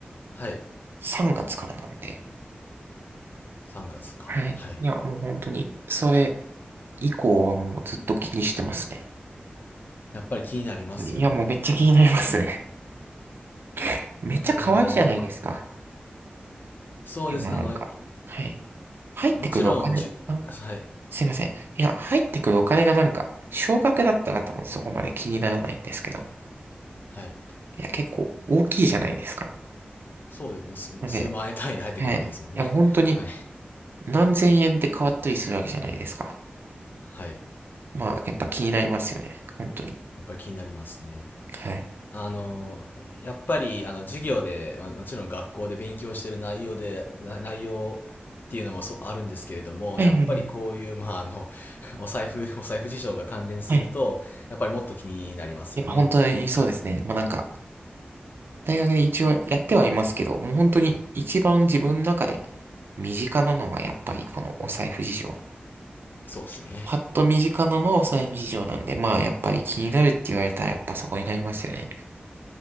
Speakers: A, on the left; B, on the right.
A: はい。
B: 3月からなんで。
A: 3月か。
B: はい。
A: はい。
B: いや、もう本当に、それ以降はもうずっと気にしてますね。
A: やっぱり気になりますよね。
B: 本当にいや、もうめっちゃ気になりますね。
A: あ、
B: <laughs> めっちゃ可愛いじゃないですか。
A: あのー、そうです。
B: え、まあなんか、
A: あの、
B: はい。入ってくるお金、
A: もちろん、じゅ、
B: あ、
A: はい。
B: すいません。いや、入ってくるお金がなんか、少額だったら多分そこまで気にならないんですけど、
A: はい。
B: いや、結構大きいじゃないですか。
A: そうです。まあ、数数万円単位で入ってくるわけですもんね。
B: なんで、はい。いや、もう本当に
A: <laughs> はい。
B: 何千円で変わったりするわけじゃないですか。
A: はい。
B: まあ、やっぱ気になりますよね。本当に。
A: やっぱり気になりますね。
B: はい。
A: あの、やっぱり、あの、授業で、まあもちろん学校で勉強してる内容で、な内容っていうのもそうあるんですけれども、
B: はいはいはい。
A: やっぱりこういう、まあ、あの、<laughs> お財布、お財布事情が関連すると、
B: はい
A: やっぱりもっと気になりますよね。
B: やっぱ本当にそうですね。
A: <laughs> あ、
B: まあなんか、大学で一応やってはいますけど、もう本当に一番自分の中で身近なのはやっぱりこのお財布事情。
A: そうですよね。
B: パッと身近なのはお財布事情なんで、まあやっぱり気になるって言われたらやっぱそこになりますよね。